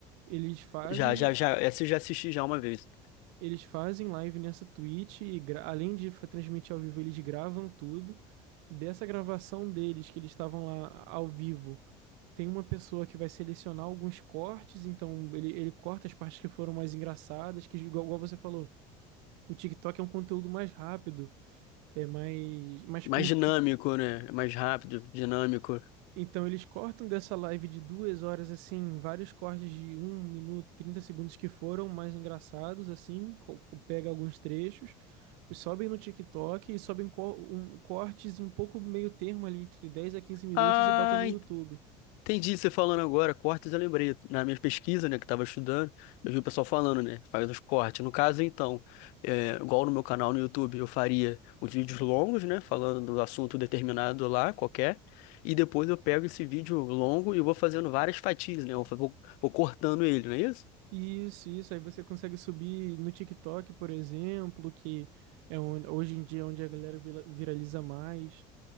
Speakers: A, on the right; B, on the left.
A: Eles fazem,
B: Já, já, já. Essa eu já assisti já uma vez.
A: eles fazem live nessa Twitch e gra- além de fa- transmitir ao vivo, eles gravam tudo. Dessa gravação deles, que eles estavam lá ao vivo. tem uma pessoa que vai selecionar alguns cortes, então ele, ele corta as partes que foram mais engraçadas, que igual, igual você falou, o TikTok é um conteúdo mais rápido, é mais, mais
B: Mais
A: curto.
B: dinâmico, né? Mais rápido, dinâmico.
A: Então eles cortam dessa live de duas horas, assim, vários cortes de um minuto, 30 segundos que foram mais engraçados, assim, co- co- pega alguns trechos, sobem no TikTok e sobem co- um- cortes um pouco meio termo ali, entre 10 a 15 minutos
B: Ah,
A: e botam no YouTube.
B: entendi você tá falando agora. Cortes eu lembrei. Na minha pesquisa, né, que tava estudando, eu vi o pessoal falando, né? Faz os cortes. No caso, então, é, igual no meu canal no YouTube, eu faria os vídeos longos, né? Falando do assunto determinado lá, qualquer. E depois eu pego esse vídeo longo e vou fazendo várias fatias, né? Eu vou, vou cortando ele, não é isso?
A: Isso, isso. Aí você consegue subir no TikTok, por exemplo, que é onde, hoje em dia é onde a galera vila- viraliza mais.